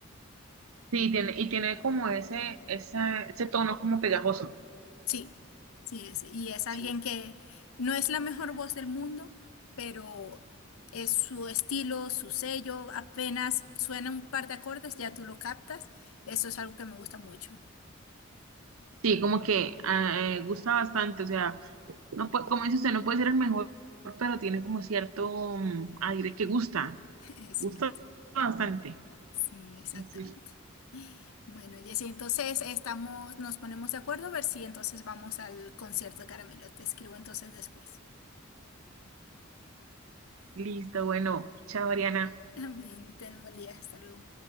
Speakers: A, on the right; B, on the left.
A: Sí, tiene, y tiene como ese, esa- ese tono como pegajoso.
B: Sí, sí, es- y es alguien
A: Sí.
B: que no es la mejor voz del mundo, pero es su estilo, su sello, apenas suena un par de acordes, ya tú lo captas. Eso es algo que me gusta mucho.
A: Sí, como que ah, eh, gusta bastante, o sea, no puede, como dice usted, no puede ser el mejor, pero tiene como cierto mm, aire que gusta,
B: <laughs> Exacto.
A: gusta bastante.
B: Sí, exactamente.
A: Es
B: Bueno, Jessy, entonces estamos, nos ponemos de acuerdo a ver si entonces vamos al concierto de Caramelo. Te escribo entonces después.
A: Listo, bueno, chao, Ariana.
B: <laughs> Bien, ten un buen día. Hasta luego.